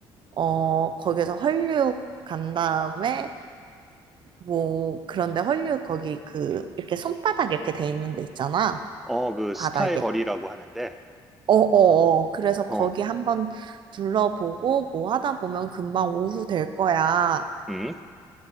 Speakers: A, on the right; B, in the centre.
A: 어, 거기에서 헐리우드 간 다음에, 뭐, 그런데 헐리우드 거기 그, 이렇게 손바닥 이렇게 돼 있는 데 있잖아.
B: 어, 그,
A: 바닥에.
B: 스타의 거리라고 하는데,
A: 어어어. 그래서
B: 어,
A: 거기 한번 둘러보고, 뭐 하다 보면 금방 오후 될 거야.
B: 음,